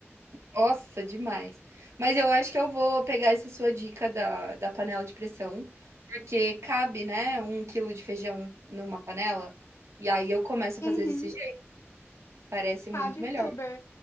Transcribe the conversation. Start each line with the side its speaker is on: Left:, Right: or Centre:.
Right: Nossa, demais. Mas eu acho que eu vou pegar essa sua dica da da panela de pressão, porque cabe, né, um quilo de feijão numa panela, e aí eu começo a
Left: Uhum.
Right: fazer desse jeito, parece muito
Left: Cabe
Right: melhor.
Left: tuber.